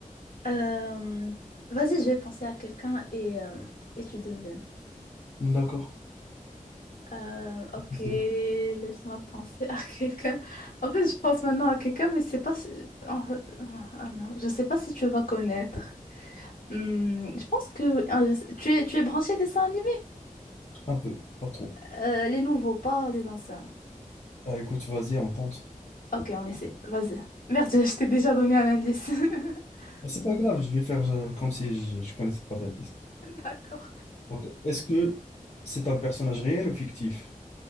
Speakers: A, on the left (about 75°); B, on the left (about 50°).
A: Euh, vas-y, je vais penser à quelqu'un et, euh, et tu devines.
B: D'accord.
A: Euh, ok,
B: C'est
A: laisse-moi penser à <laughs> quelqu'un. En fait, je pense maintenant à quelqu'un, mais c'est pas si... en fait, ah ah, non, je sais pas si tu vas connaître. Hmm, je pense que ah, je sais- tu es, tu es branché dessin animé?
B: un peu, pas trop.
A: Euh, les nouveaux, pas les anciens.
B: Bah écoute, vas-y, on tente.
A: Ok, on essaie. Vas-y. Merde, <laughs> je t'ai déjà donné un indice. <laughs>
B: Bah, c'est pas grave, je vais faire euh, comme si je, je connaissais pas d'indice.
A: D'accord.
B: Donc, est-ce que c'est un personnage réel ou fictif?